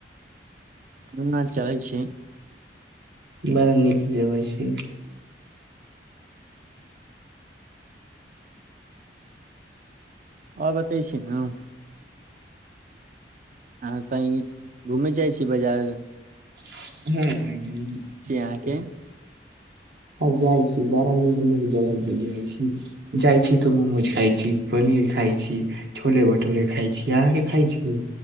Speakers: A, on the right; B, on the right.
A: सुन न चलैय छी।
B: बड़ा नीक जगह छै।
A: और बतय छी ना। अहाँ कही घुमैय जाइ छी बजार।
B: <unintelligible>
A: अहाँके
B: हँ जाइ छी बड़ा नीक नीक जगह जाइ छी। जाइ छी त मोमोज खाइ छी पनीर खाइ छी। छोले भटूरे खाइ छी अहाँकेँ खाइ छी